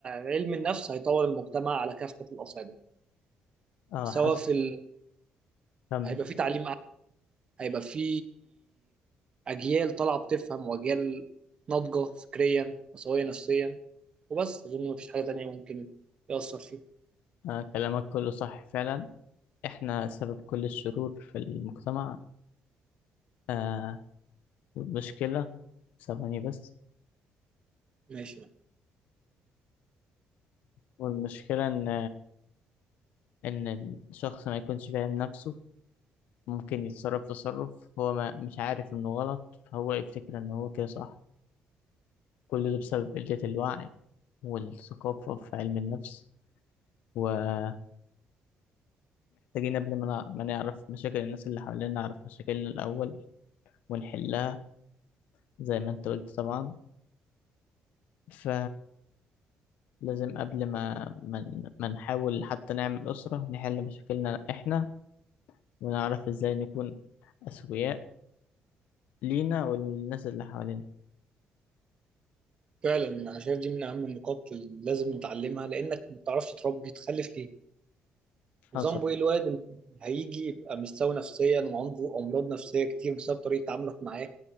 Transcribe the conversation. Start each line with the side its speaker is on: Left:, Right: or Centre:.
Right: علم النفس هيطور المجتمع على كافه الاصعده
Left: اه
Right: سواء
Left: حصل
Right: في ال...
Left: كمل
Right: هيبقى في تعليم أعلى، هيبقى في اجيال طالعه بتفهم واجيال ناضجه فكريا وسويه نفسيا وبس اظن مفيش حاجه تانية ممكن يأثر فيه
Left: آه كلامك كله صح فعلا احنا سبب كل الشرور في المجتمع آه المشكلة ثواني بس
Right: ماشي
Left: والمشكلة ان ان الشخص ما يكونش فاهم نفسه ممكن يتصرف تصرف هو ما مش عارف انه غلط فهو يفتكر ان هو كده صح كل ده بسبب قلة الوعي والثقافة في علم النفس ومحتاجين قبل ما نع- ما نعرف مشاكل الناس اللي حوالينا نعرف مشاكلنا الأول ونحلها زي ما انت قلت طبعا ف لازم قبل ما ما ما نحاول حتى نعمل أسرة نحل مشاكلنا إحنا ونعرف إزاي نكون أسوياء لينا والناس اللي حوالينا
Right: فعلا انا شايف دي من اهم النقاط اللي لازم نتعلمها لانك ما بتعرفش تربي تخلف ليه وذنبه
Left: حصل
Right: ايه الواد اللي هيجي يبقى مش سوي نفسيا وعنده امراض نفسيه كتير بسبب طريقه تعاملك معاه